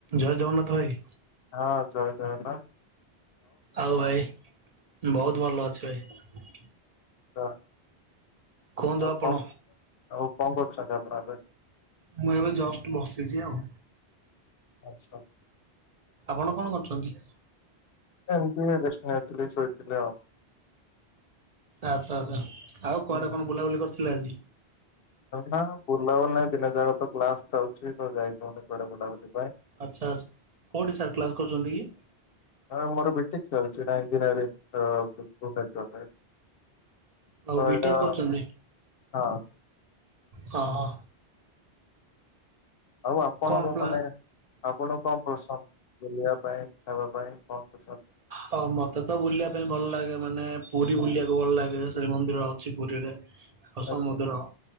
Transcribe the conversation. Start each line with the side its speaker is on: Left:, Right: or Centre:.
Right: ଜୟ ଜଗନ୍ନାଥ ଭାଇ।
Left: ହଁ ଜୟ ଯଗନ୍ନାଥ।
Right: ଆଉ ଭାଇ ବହୁତ ଭଲ ଅଛି ଭାଇ।
Left: ତା
Right: କୁହନ୍ତୁ
Left: ଆଉ
Right: ଆପଣ।
Left: କ଼ଙ୍କ ଆଉ କଙ୍କ କରୁଚ ଆପନ ଏବେ।
Right: ମୁଁ ଏବେ ଜଷ୍ଟ୍ ବସିଚି ଆଉ।
Left: ଆଛା
Right: ଆପଣ କଣ କରୁଚନ୍ତି?
Left: ଏମିତି ରିଷ୍ଣଥିଲି ଶୋଇଥିଲି ଆଉ।
Right: ଆଚ୍ଛା ଆଚ୍ଛା ଆଉ
Left: ହୁଁ।
Right: କୁଆଡେ କଣ ବୁଲାବୁଲି କରିଥିଲେ ଆଜି।
Left: ନା ବୁଲାବୁଲି ନାହିଁ ଦିନ ଯାକା ତ କ୍ଲାସ ଯାଉଚଛି ତ ଯାଇକନି କୁଡେ ବୁଲାବୁଲି ପାଇଁ।
Right: ଆଛା ଆଛା କୋଉଠି ସାର୍ କ୍ଲାସ କରୁଛନ୍ତି କି?
Left: ହଁ ମୋର ବିଟେକ୍ ଚାଲିଛି ନା ଇଞଜିନିୟ <unintelligible>
Right: ଆଉ
Left: ହଁ
Right: ବିଟେକ୍
Left: ଏଟା
Right: କରୁଛନ୍ତି?
Left: ହଁ।
Right: ହଁ ହଁ।
Left: ଆଉ ଆପଣଙ୍କୁ
Right: କଣ ପ୍ଲା
Left: ମାନେ ଆପଣ କଣ ପସନ୍ଦ ବୁଲିବା ପାଇଁ ଖାଇବା ପାଇଁ କଣ ପ୍ରସନ୍ଦ।
Right: ହଁ ମତେ ତ ବୁଲିବା ପାଇଁ ଭଲ ଲାଗେ ମାନେ ପୁରୀ ବୁଲିବାକୁ ଭଲ ଲାଗେ ଶ୍ରୀମନ୍ଦିର ଅଛି ପୁରୀରେ
Left: ଆଛା
Right: ସମୁଦ୍ର।